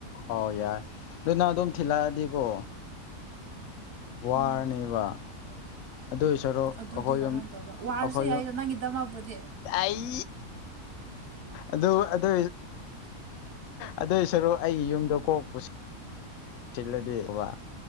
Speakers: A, on the left (about 70°); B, on the right (about 80°).
A: ꯑꯣ ꯌꯥꯏ ꯑꯗꯨ ꯅ ꯑꯗꯨꯝ ꯊꯤꯜꯂꯛꯑꯗꯤꯀꯣ ꯋꯥꯔꯅꯦꯕ
B: ꯎꯝ
A: ꯑꯗꯨ ꯑꯣꯏ ꯁꯔꯣ
B: ꯑꯗꯨꯗꯤ
A: ꯑꯩꯈꯣꯏ
B: ꯀꯃꯥꯏꯅ
A: ꯌꯨꯝ
B: ꯇꯧꯕ ꯋꯥꯔꯁꯨ
A: ꯑꯩꯈꯣꯏ
B: ꯌꯥꯏꯗ
A: ꯌꯨꯝ
B: ꯅꯪꯒꯤꯗꯃꯛꯄꯨꯗꯤ
A: ꯑꯩ ꯑꯗꯨ ꯑꯗꯨ ꯑꯗꯨꯏ ꯁꯔꯨꯛ ꯑꯩꯒꯤ ꯌꯨꯝꯗ ꯀꯣꯛ ꯄꯨꯁꯤ ꯁꯤꯟꯂꯅꯤꯕ